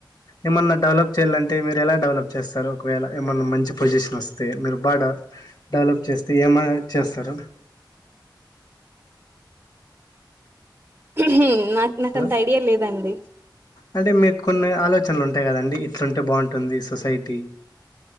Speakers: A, on the left (about 55°); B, on the right (about 35°).
A: ఏమన్నా డెవలప్ చేయాలంటే మీరు ఎలా డెవలప్ చేస్తారు ఒకవేళ ఏమన్నా మంచి పొజిషన్ వస్తే మీరు బాడెవలప్ డెవలప్ చేస్తే ఏమై చేస్తారు
B: ఉహూ నాకు నాకంత
A: హలో
B: ఐడియా లేదండి
A: అంటే మీకు కొన్ని ఆలోచనలు ఉంటాయి కదండి ఇట్లుంటే భగుటుంది సొసైటీ